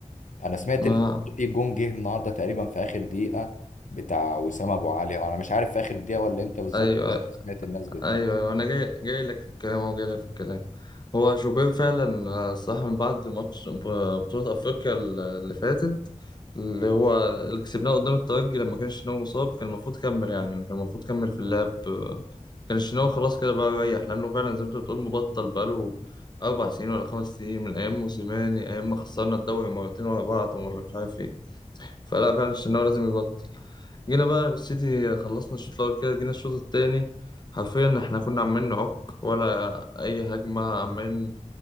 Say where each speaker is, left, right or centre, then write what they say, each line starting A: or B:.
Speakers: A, on the left (about 85°); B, on the left (about 35°).
A: انا سمعت
B: آه
A: ان في جون جه النهارده تقريبا في اخر دقيقه بتاع وسام ابو علي انا مش عارف في اخر دقيقه ولا امتى بالظبط
B: أيوه
A: بس
B: ايوه
A: سمعت الناس بتزعق
B: أيوة، انا جاي جاي لك في الكلام هو جاي لك في الكلام هو شوبير فعلا آه، صح من بعد ماتش ب- بطولة افريقيا ال- اللي فاتت اللي هو اللي كسبناه قدام الترجي لما كان شناوي مصاب كان المفروض كمل يعني كان المفروض كمل في اللعب آه، كان شناوي خلاص كده بقى ريح لانه فعلا زي ما انت بتقول مبطل بقاله اربع سنين ولا خمس سنين من ايام موسيماني ايام ما خسرنا الدوري مرتين ورا بعض ولا مش عارف ايه فلا فعلا شناوي لازم يبطل جينا بقى بالسيتي خلصنا الشوط الأول كده جينا الشوط التاني حرفيا احنا كنا عمالين نعك ولا أي هجمة عمالين